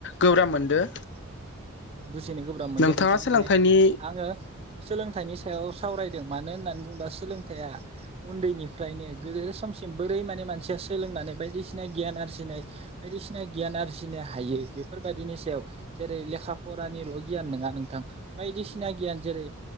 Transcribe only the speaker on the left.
गोब्राब मोनदो
नोंथाङा
सोलोंथाइनि